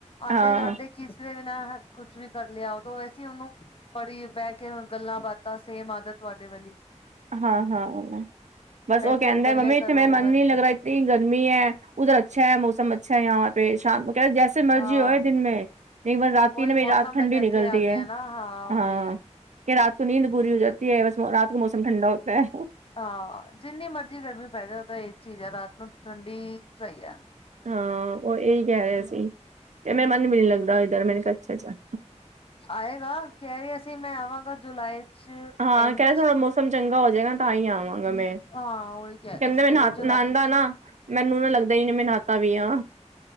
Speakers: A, on the left; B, on the right.
A: ਆਉਂਦੇ
B: ਹਾਂ,
A: ਜਾਂਦੇ ਕਿਸੇ ਨੇ ਵੀ ਨਾ ਕੁੱਛ ਵੀ ਕਰ ਲਿਆ ਉਦੋਂ ਅਸੀਂ ਉਹਨੂੰ ਪੜੀ ਬਹਿ ਕੇ ਗੱਲਾਂ ਬਾਤਾਂ ਸੇਮ ਆਦਤ ਤੁਹਾਡੇ ਵਾਲੀ।
B: ਹਾਂ, ਹਾਂ ਬਸ
A: ਬੈਠੋ
B: ਉਹ ਕਹਿੰਦੇ
A: ਗੱਲੇ
B: ਮੰਮੀ
A: ਕਰੋ
B: ਇੱਥੇ ਮੇਰਾ ਮਨ
A: ਬੈਠ
B: ਨੀ ਲੱਗਦਾ
A: ਕੇ
B: ਇਤਨੀ ਗਰਮੀ ਹੈ, ਉਧਰ ਅੱਛਾ ਹੈ ਮੌਸਮ ਅੱਛਾ ਹੈ। ਸ਼ਾਮ ਕਹਿ ਜੈਸੇ ਮਰਜ਼ੀ
A: ਹਾਂ
B: ਹੋਏ ਦਿਨ ਮੇ ਪਰ ਰਾਤੀ
A: ਉਹੀ
B: ਮੇਰੀ
A: ਮੌਸਮ
B: ਰਾਤ ਠੰਡੀ
A: ਦਾ ਕਰਕੇ
B: ਨਿਕਲਦੀ
A: ਆ
B: ਹੈ।
A: ਗਿਆ ਨਾ ਉਹੀ
B: ਹਾਂ ਕਿ ਰਾਤ ਕੋ ਨੀਂਦ ਪੂਰੀ ਹੋ ਜਾਤੀ ਹੈ, ਬਸ ਰਾਤ ਕੋ ਮੌਸਮ ਠੰਡਾ ਹੋਤਾ ਹੈ।
A: ਹਾਂ ਜਿੰਨੀ ਮਰਜ਼ੀ ਗਰਮੀ ਪੈ ਜਾਵੇ ਤਾਂ ਇਹ ਚੀਜ਼ ਆ ਰਾਤ ਨੂੰ ਠੰਡੀ ਸਹੀ ਹੈ।
B: ਹਾਂ ਉਹ ਇਹੀ ਕਹਿ ਰਿਹਾ ਸੀ, ਕਿ ਮੈਂ ਮਨ ਵੀ ਨੀ ਲੱਗਦਾ ਇਧਰ ਮੈਨੂੰ <unintelligible> ਚ
A: ਆਏਗਾ ਕਹਿ ਰਹੇ ਸੀ, ਮੈਂ ਆਵਾਂਗਾ ਜੁਲਾਈ ਚ
B: ਹਾਂ,
A: ਐਂਡ
B: ਕਹਿ ਰਿਹਾ
A: ਚ
B: ਥੋੜਾ ਮੌਸਮ ਚੰਗਾ ਹੋ ਜਾਏਗਾ, ਤਾਂ ਹੀ ਆਵਾਂਗਾ ਮੈਂ
A: ਹਾਂ ਉਹੀ ਕਹਿ
B: ਕਹਿੰਦੇ
A: ਰਿਹਾ ਸੀ
B: ਮੈਂ
A: ਕਹਿ ਰਹੇ ਜੁਲਾਈ
B: ਨਾ
A: ਚ
B: ਨਾ ਮੈਨੂੰ ਨਾ ਲੱਗਦਾ ਹੀ ਨਈਂ ਮੈਂ ਨਾਹਾਤਾ ਵੀ ਆ।